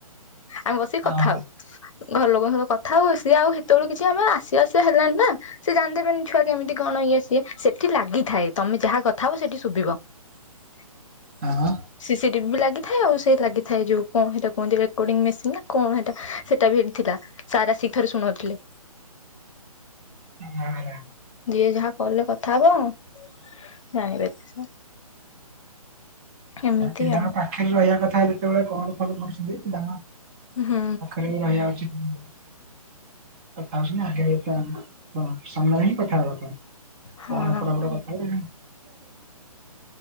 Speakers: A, on the left (about 55°); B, on the right (about 20°).
A: ଆମେ ବସିକି କଥା
B: ହଁ ହଁ
A: ହଉ ଘର ଲୋକଙ୍କ କଥା ହଉ ସି ଆଉ ସେତେବେଳଳେ କିଛି ଆମେ ଆସିବା ଆସିବା ହେଲାଣି ନା ସେ ଜାଣିଦେବେନି ଛୁଆ କେମିତି କଣ ଇଏ ସିଏ ସେଠି ଲାଗିଥାଏ ତମେ ଯାହା କଥା ହବ ସେଠି ଶୁଭିବ ଓ <inaudible>
B: ହଁ
A: ସିସି ଟିଭି ବି ଲାଗିଥାଏ ଆଉ ସେ ଲାଗିଥାଏ ଯୋଉ କଣ ହେଟା କୁହନ୍ତି ରେକଡିଂ ମେସିନ ନା କଣ ହେଟା ହେଟା ହେଟି ଥିଲା ସାରା ଆସିକି ଥରେ ଶୁଣଉଥିଲେ
B: <unintelligible>
A: ଯିଏ ଯାହା କଲ ରେ କଥା ହବ ଜାଣିବେ ସା ଏମିତି
B: ହୁଁ ଏ ପିଲାଙ୍କ
A: ଆଉ
B: ପାଖରେ ରହିବା କଥା ଯେତେବେଳେ କଲ ଫଲ କରୁଛନ୍ତି ପିଲାଙ୍କ
A: ହୁଁ।
B: <unintelligible> ରହିବା ଉଚିତ। <unintelligible> ଆଗରେ ତା ହଁ ସାମନାରେ ହି କଥା ହେବ ପାଇଁ।
A: ହଁ
B: କଣ ଏପଟାପଟ କଥାକୁ